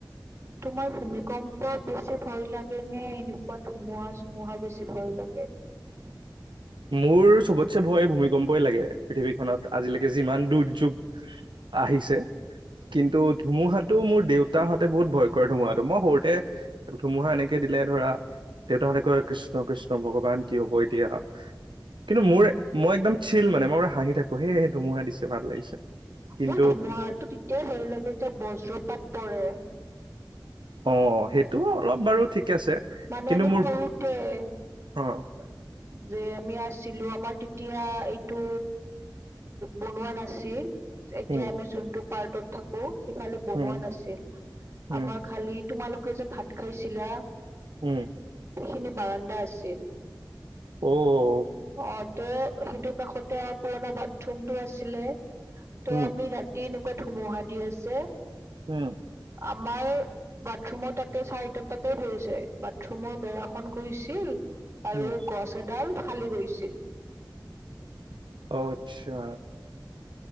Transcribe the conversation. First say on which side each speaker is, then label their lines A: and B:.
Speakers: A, on the right (about 35°); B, on the right (about 85°).
A: তোমাৰ ভূমিকম্প বেছি ভয় লাগে নে এনেকুৱা ধুমুহা চুমুহা বেছি ভয় লাগে গে
B: মোৰ চবতচে ভয় ভূমিকম্পই লাগে পৃথিৱীখনত আজিলৈকে যিমান দূৰ যুগ আহিছে কিন্তু ধুমুহাটো মোৰ দেউতাৰ সতে বহুত ভয় কৰে ধুমুহাটো মই সৰুতে ধুমুহা এনেকে দিলে ধৰা দেউতাহঁতে কয় কৃষ্ণ কৃষ্ণ ভগৱান কি হ'ব এতিয়া কিন্তু মোৰ মই একদম চিল মানে মই পুৰা হাঁহি থাকো সে সে ধুমুহা দিছে ভাল লাগিছে কিন্তু
A: মোৰ ধুমুহাটো তেতিয়াই ভয় লাগে যেতিয়া বজ্ৰপাত পৰে
B: অ সেইটো অলপ বাৰু ঠিক আছে
A: মানে
B: কিন্তু
A: আমি
B: মোৰ
A: সৰুতে <unintelligible>
B: অ
A: যে আমি আছিলো আমাৰ তেতিয়া এইটো বনোৱা নাছিল এতিয়া
B: উম
A: আমি যোনটো পাৰ্টত থাকো সেইফালে বনোৱা
B: উম
A: নাছিল
B: উম
A: আমাৰ খালি তোমালোকে যে ভাত খাইছিলা
B: উম
A: সেইখিনি বাৰান্দা আছিল
B: অ অ
A: অ ত' সেইটো কাষতে আৰু পুৰণা বাথৰুম টো আছিলে ত'
B: উম
A: আমি ৰাতি ন ধুমুহা দি আছে
B: উম
A: আমাৰ বাথৰুমৰ তাতে চাৰিটা তাতে পৰিছে বাথৰুমৰ বেৰাখন গৈছিল আৰু
B: উম
A: গছ এডাল ফালি গৈছিল।
B: অ আচ্ছা